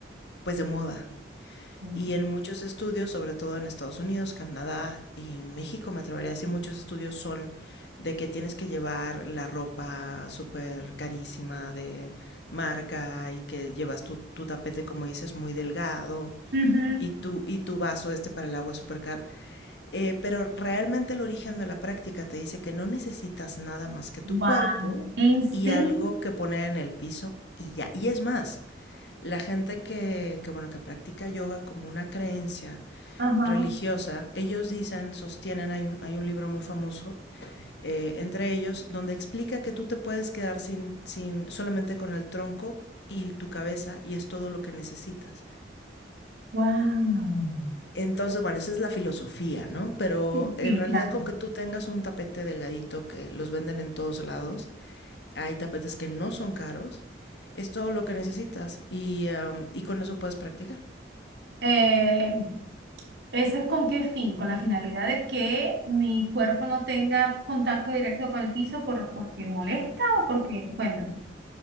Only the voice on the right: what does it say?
Mm.
Ujú.
Guau.
¿En serio?
Ajá.
Wow.
Sí,
sí,
claro.
Eh, ¿Esa es con qué fin? Con la finalidad de que mi cuerpo no tenga contacto directo con el piso por, porque molesta o porque, cuéntame.